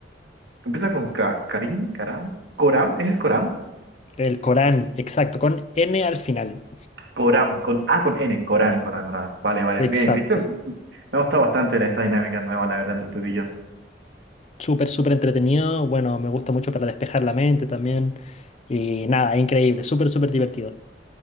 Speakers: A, on the right; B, on the left.
A: Empieza con K. Karim, Karam. Coram, ¿es el Coram?
B: El Corán, exacto, con N al final.
A: Coram, con A, con N. Corán, Corán, Corán. Vale, vale, bien,
B: Exacto.
A: ¿viste? Mm, mm, Me ha gustado bastante esta dinámica nueva, la verdad, entre tú y yo.
B: Súper, súper entretenido. Bueno, me gusta mucho para despejar la mente también. Y nada, increíble, súper, súper divertido.